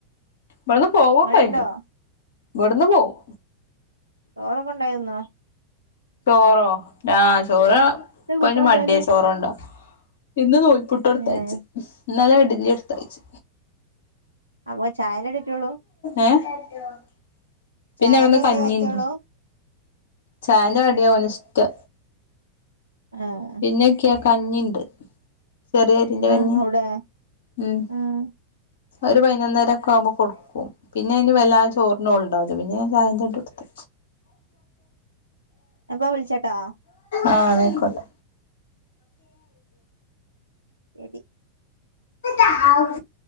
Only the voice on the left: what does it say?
ഇമ്മളന്ന് പോവാക്കേ
ചെയ്യും ഇബെട്ന്ന് പോവും.
ചോറോ ആഹ ചോറ
പ്പ
മടിയാ ചോറ ഉണ്ടോ ഇന്ന് നൂ പുട്ട് ഉടുത്താഴച്ചു
ഇന്നലെ ഇഡലി എടുത്താഴച്ചു
ഏ <unintelligible> പിന്നെ
അവിടന്ന് കഞ്ഞിണ്ട്
ചാന്റെ കടിയവന ഇഷ്ട
പിന്നെ ഒക്കെയ കഞ്ഞിുണ്ട് ചെറിയ അരിന്റെ
കഞ്ഞി
ഉം
ഒരു പതിനൊന്നരം ഒെ ആകുമ്പോൾ കൊടുക്കും പിന്നെ അതിന് വെല്ല ചോറിന് ഉൾഡാകും പിന്നൊ ചായ ചട്ട കൊടുത്ത്
ആഹ ആയിക്കോട്ടെ
<inaudible>